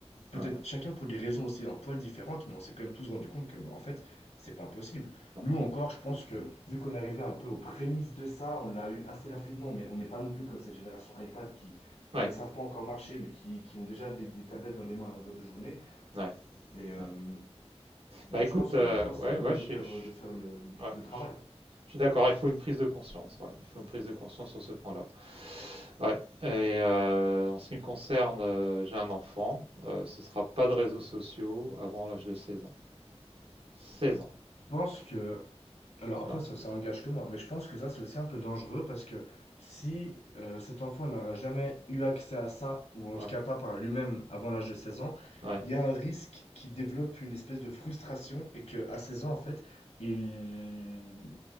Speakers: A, on the left; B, on the right.
A: Peut-être
B: ouais, ouais.
A: chacun pour des raisons aussi un poil différentes, mais on s'est quand même tous rendu compte que, bah, en fait, c'est pas possible.
B: Non.
A: Nous encore, je pense que vu qu'on arrivait un peu aux prémices de ça, on l'a eu assez rapidement, mais on n'est pas non plus comme cette génération iPad qui
B: Ouais,
A: ne savent pas encore marcher, mais qui, qui ont déjà des, des tablettes dans les mains à longueur de journée.
B: ouais,
A: Et euh,
B: ouais.
A: bah,
B: Bah écoute,
A: je pense
B: euh,
A: que maintenant, c'est
B: ouais,
A: à
B: ouais,
A: nous
B: je
A: de
B: suis,
A: faire,
B: je suis-
A: de faire le,
B: ouais,
A: le travail.
B: je suis- je suis d'accord. Il faut une prise de conscience. ouais. Il faut une prise de conscience sur ce point-là. Ouais. Et euh, en ce qui me concerne, euh, j'ai un enfant. euh, ce sera pas de réseaux sociaux avant l'âge de 16 ans. seize
A: Je pense que Alors après,
B: ans.
A: ça, ça engage que moi, mais je pense que ça, c'est aussi un peu dangereux parce que si euh, cet enfant n'aura jamais eu accès à ça, ou en
B: Ouais,
A: tout cas pas par lui-même avant l'âge de 16 ans,
B: ouais.
A: il y a un risque qu'il développe une espèce de frustration et qu'à 16 ans, en fait, il